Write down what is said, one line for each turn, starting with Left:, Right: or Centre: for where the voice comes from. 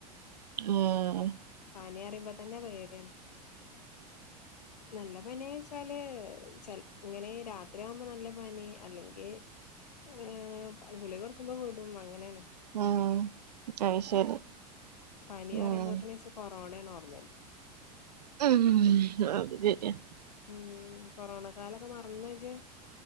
Right: ആഹ്
Left: പനി അറിയുമ്പോ തന്നെ പേഡ്യാ ണ് നല്ല പനി വെച്ചാല് ചെ ല ഇങ്ങനെ രാത്രിയാവുമ്പോ നല്ല പനി അല്ലെങ്കി ഏഹ്അത് ഗുളിക കൊടുക്കുമ്പോ വിടും അങ്ങനെയാണ്
Right: ഉം അയ് ശരി
Left: പനി
Right: ഉം
Left: അറിയ്പോഴത്തനവെച്ച് കൊറോണയ ഓർമ്മേല്
Right: ഉ അത് ശെര്യാ
Left: ഉം കൊറോണ കാലൊക്കെ മറന്നജ്ജ്